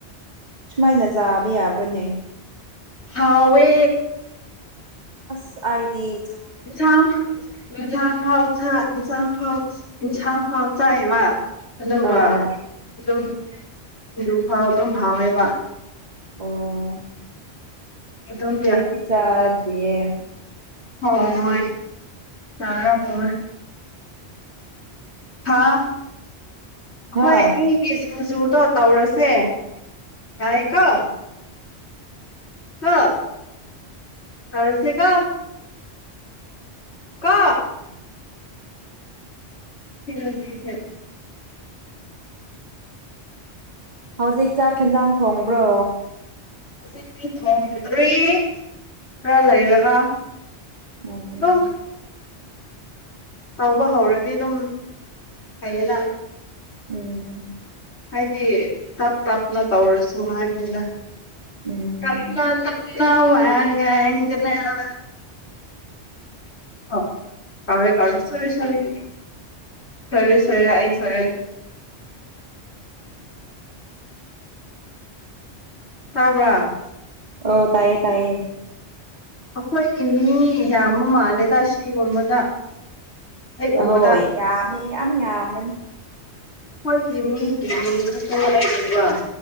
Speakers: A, on the right; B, on the left.
A: ꯁꯨꯃꯥꯏꯅ ꯆꯥꯕ ꯌꯥꯕ꯭ꯔꯅꯦ
B: ꯍꯥꯎꯋꯦ
A: ꯑꯁ ꯍꯥꯏꯗꯤ
B: ꯏꯟꯁꯥꯡ ꯌꯦꯟꯁꯥꯡ ꯐꯥꯎꯥꯛ ꯏꯟꯁꯥꯡ ꯐꯥꯎ ꯏꯟꯁꯥꯡ ꯐꯥꯎ ꯆꯥꯏꯕ ꯑꯗꯨꯒ
A: ꯑꯥ
B: ꯑꯗꯨꯝ ꯍꯖꯨ ꯐꯥꯎ ꯑꯗꯨꯝ ꯍꯥꯎꯋꯦꯕ
A: ꯑꯣ
B: ꯑꯗꯨꯝ
A: ꯑꯩꯗꯤ ꯆꯥꯗꯔ꯭ꯤꯌꯦ
B: ꯍ ꯍꯣꯏ ꯆꯥꯔꯝꯃꯣꯏ ꯍꯥꯥ ꯑꯈꯣꯏ
A: ꯍꯥꯥ
B: ꯑꯅꯤꯒꯤ ꯁꯤꯡꯖꯨꯗꯣ ꯇꯧꯔꯁꯦ ꯌꯥꯏꯀꯣ ꯍꯥ ꯇꯧꯔ꯭ꯁꯦꯀꯣ ꯀꯣ <unintelligible>
A: ꯍꯧꯖꯤꯛ ꯆꯥꯛ ꯌꯦꯦꯟꯖꯥꯡ ꯊꯣꯡꯕ꯭ꯔꯣ
B: ꯍꯧꯖꯤꯛꯇꯤ ꯊꯣꯡꯗꯔꯤ ꯈꯔ ꯂꯩꯔꯒ
A: ꯎꯝ
B: ꯑꯗꯨꯝ ꯉꯧꯕ ꯍꯧꯔꯗꯤ ꯑꯗꯨꯝ ꯍꯥꯏꯌꯦꯅ
A: ꯎꯝ
B: ꯍꯥꯏꯗꯤ ꯇꯞ ꯇꯞꯅ ꯇꯧꯔꯁꯨ ꯍꯥꯏꯕꯅꯤꯗ
A: ꯎꯝ
B: <unintelligible> <unintelligible> ꯁꯣꯏꯔꯦ ꯁꯣꯏꯔꯦ ꯑꯩ ꯁꯣꯏꯔꯦ ꯇꯥꯕ꯭ꯔ
A: ꯑꯣ ꯇꯥꯏꯌꯦ ꯇꯥꯏꯌꯦ
B: ꯑꯩꯈꯣꯏꯒꯤ ꯃꯤ ꯌꯥꯝꯕ ꯃꯥꯜꯂꯦꯗ ꯁꯤꯒꯨꯝꯕꯗ ꯑꯩ ꯎꯕꯗ
A: ꯍꯣꯏ ꯌꯥꯃꯤ ꯌꯥꯝ ꯌꯝꯕꯅꯤ
B: ꯍꯣꯏꯒꯤ ꯃꯤꯒꯤ ꯃꯤ ꯈꯛꯇ ꯑꯩꯒꯨꯝꯕ